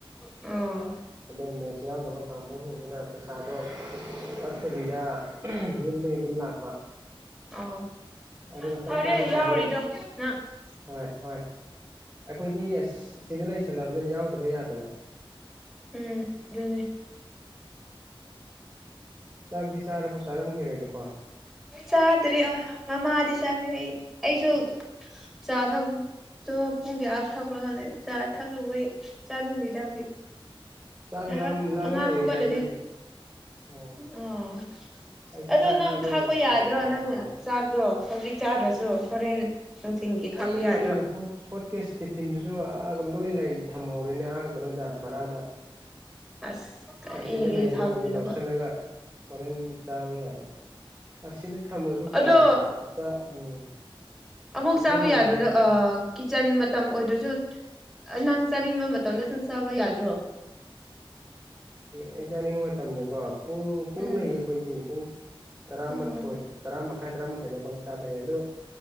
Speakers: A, in the centre; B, on the right.
A: ꯑꯣ
B: ꯑꯗꯣ ꯃꯦꯁ ꯌꯥꯎꯗꯕ ꯀꯥꯡꯕꯨꯁꯤꯡꯁꯤꯅ ꯄꯩꯁꯥꯗꯣ
A: ꯎ <inaudible>
B: ꯐꯠꯇꯕꯤꯗ ꯌꯨꯝꯗꯒꯤ ꯑꯗꯨꯝ ꯂꯥꯛꯄ
A: ꯑꯣ
B: ꯑꯗꯨ ꯆꯥꯛ
A: ꯐꯔꯦ
B: ꯆꯥꯕ
A: ꯌꯥꯎꯔꯤꯗꯣ
B: ꯀꯕꯨꯨ
A: ꯅꯪ
B: ꯍꯣꯢ ꯍꯣꯢ ꯑꯩꯈꯣꯏꯗꯤ ꯑꯁ ꯁꯤꯗ ꯂꯩꯁꯜꯂꯑꯕꯅꯤꯅ ꯌꯥꯎꯗꯕ ꯌꯥꯗꯕ
A: ꯎꯝ ꯑꯗꯨꯅꯦ
B: ꯆꯥꯛꯗꯤ ꯆꯥꯔꯕꯨ ꯆꯥꯔꯝꯈꯤꯔꯣꯏꯗꯀꯣ
A: ꯆꯥꯗ꯭ꯔꯔꯤ ꯃꯃꯥꯗꯤ ꯆꯥꯈ꯭ꯔ ꯑꯩ ꯑꯩꯁꯨ ꯆꯥ ꯊꯒꯗꯣ ꯄꯨꯡꯒꯦ ꯊꯒ꯭ꯔꯥꯅ ꯆ ꯊꯒ꯭ꯔꯩ ꯆꯅꯤꯡꯗꯗ ꯍꯧꯖꯤꯛ
B: ꯆꯥꯡ
A: ꯉꯥꯏꯍꯥꯛ
B: ꯂꯅꯥꯃꯨꯌꯦ
A: ꯑꯉꯥꯡ ꯍꯧꯒꯠꯂꯗꯤ
B: ꯑꯩ ꯎ
A: ꯑꯣ
B: ꯑꯩꯁꯨꯨ
A: ꯑꯗꯣ ꯅꯪ
B: ꯁꯥꯕꯣꯏꯕꯠꯇ
A: ꯈꯥꯛꯄ ꯌꯥꯗ꯭ꯔꯣ
B: ꯊ
A: ꯅꯪ
B: ꯇꯔ
A: ꯆꯥꯛꯇꯣ ꯍꯧꯖꯤꯛ ꯆꯥꯗ꯭ꯔꯁꯨ ꯍꯣꯔꯦꯟ ꯅꯨꯡꯊꯤꯟꯒꯤ ꯈꯥꯛꯄ
B: ꯑꯩ
A: ꯌꯥꯗ꯭ꯔꯣ
B: ꯍꯣꯠ ꯍꯣꯠ ꯀꯦꯁꯇꯦ ꯐꯤꯟꯗꯨꯁꯨ ꯑꯥ ꯂꯣꯏ ꯊꯝꯍꯧꯔꯦꯅꯦ ꯑꯥꯒ ꯀꯩꯅꯣꯗ ꯕꯔꯥꯗ
A: ꯑꯁ ꯀꯔꯤꯒꯤ
B: ꯑꯁꯤꯗ ꯂꯩꯔꯒꯕꯨꯗꯤ
A: ꯊꯝꯃꯤꯅꯣꯕ
B: ꯂꯧꯁꯤꯜꯂꯒ ꯍꯣꯔꯦꯟ ꯆꯥꯕ ꯌꯥꯕ ꯑꯁꯤꯗ ꯊꯝꯃꯁꯨ ꯀꯌꯥ
A: ꯑꯗꯣ
B: ꯎꯝ
A: ꯑꯃꯨꯛ
B: ꯃꯊꯪ
A: ꯆꯥꯕ
B: ꯂꯥꯛꯄꯗ
A: ꯌꯥꯗꯗ
B: ꯎꯝ
A: ꯑ ꯀꯤꯠꯆꯟ ꯃꯇꯝ ꯑꯣꯏꯗ꯭ꯔꯁꯨ ꯑ ꯅꯪ ꯆꯥꯅꯤꯡꯕ ꯃꯇꯝꯗ ꯑꯗꯨꯝ ꯆꯥꯕ ꯌꯥꯗ꯭ꯔꯣ
B: ꯑꯩ ꯆꯥꯅꯤꯡꯕ ꯃꯇꯝꯗꯀꯣ ꯄꯨꯡ ꯄꯨꯡ
A: ꯎꯝ
B: ꯂꯩꯌꯦ ꯑꯩꯈꯣꯏꯗꯤ ꯄꯨꯡ ꯇꯔꯥꯃꯥꯊꯣꯏ
A: ꯎꯝ
B: ꯇꯔꯥ ꯃꯈꯥꯏ ꯇꯔꯥꯃꯥꯊꯣꯏꯗꯐꯥꯎ ꯆꯥꯕ ꯌꯥꯏ ꯑꯗꯨ